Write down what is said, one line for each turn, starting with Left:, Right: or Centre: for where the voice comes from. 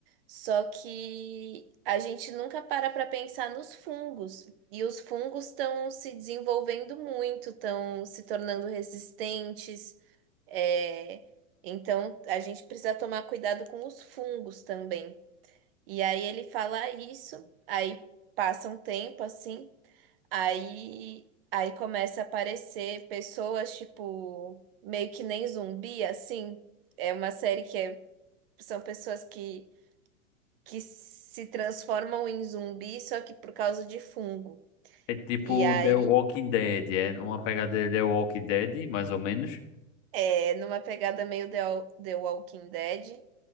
Right: Só que a gente nunca para para pensar nos fungos. E os fungos estão se desenvolvendo muito, estão se tornando resistentes. é, Então a gente precisa tomar cuidado com os fungos também. E aí ele fala isso, aí passa um tempo assim, aí, aí começa a aparecer pessoas, tipo, meio que nem zumbi, assim. É uma série que é são pessoas que, que se transformam em zumbi, só que por causa de fungo.
Left: É tipo
Right: E aí
Left: The Walking Dead, é uma pegada de The Walking Dead, mais ou menos.
Right: é numa pegada meio The, Wa- The Walking Dead,